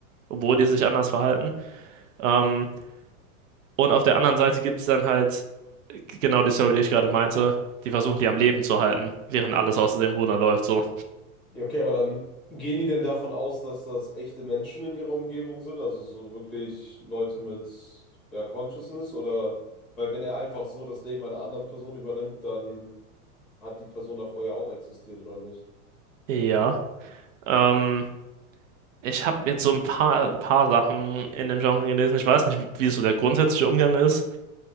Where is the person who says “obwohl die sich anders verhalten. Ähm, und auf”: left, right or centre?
Right